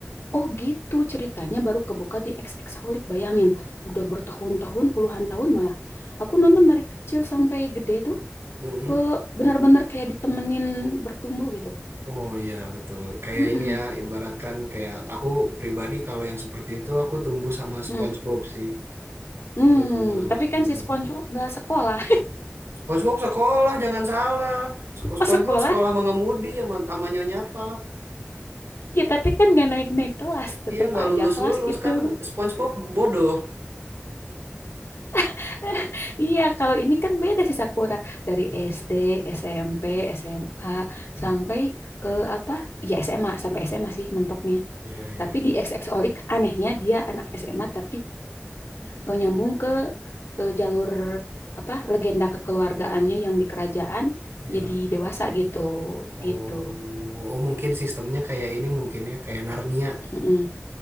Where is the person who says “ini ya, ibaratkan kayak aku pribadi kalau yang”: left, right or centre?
Right